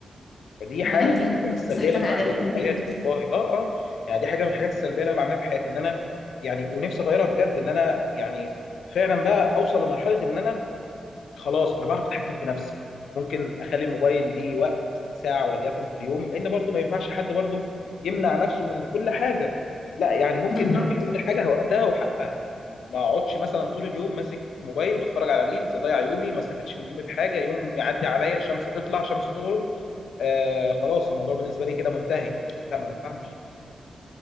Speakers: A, on the left; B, on the left.
A: فدي
B: أنا
A: حاجه
B: بجد
A: من الحاجات السلبيه
B: نصيحتك
A: اللي انا
B: عجبتني
A: بعملها في
B: جدا
A: حياتي والله اه اه يعني دي حاجه من الحاجات السلبيه اللي انا بعملها في حياتي ان انا يعني ونفسي اغيرها بجد ان انا يعني فعلا بقى اوصل لمرحله ان انا خلاص انا بعرف اتحكم في نفسي ممكن اخلي الموبايل ليه وقت ساعه وليكن في اليوم لان برضو ما ينفعش حد برضو يمنع نفسه من كل حاجه لا يعني ممكن
B: بالظبط
A: ندي كل حاجه وقتها وحقها ما اقعدش مثلا طول اليوم ماسك موبايل بتفرج على ريلز اضيع يومي ما استفادش من يومي بحاجه يوم يعدي عليا شمس تطلع شمس تغرب آه خلاص الموضوع بالنسبه لي كده منتهي لا ما ينفعش